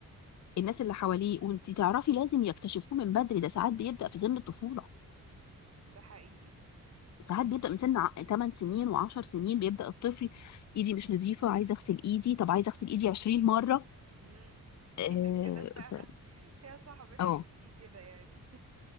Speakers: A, on the left (about 55°); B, on the right (about 45°).
A: الناس اللي حواليه وانت تعرفي لازم يكتشفوه من بدري ده ساعات بيبدأ في سن الطفولة
B: ده حقيقي
A: ساعات بيبدأ من سن 8 سنين و10 سنين بيبدأ الطفل ايدي مش نظيفة عايزة اغسل ايدي طب عايزة اغسل ايدي 20 مرة
B: امم <laughs>
A: اه
B: هي كده فعلا
A: ف...
B: هي صاحبتي
A: اه
B: حقيقي كده يعني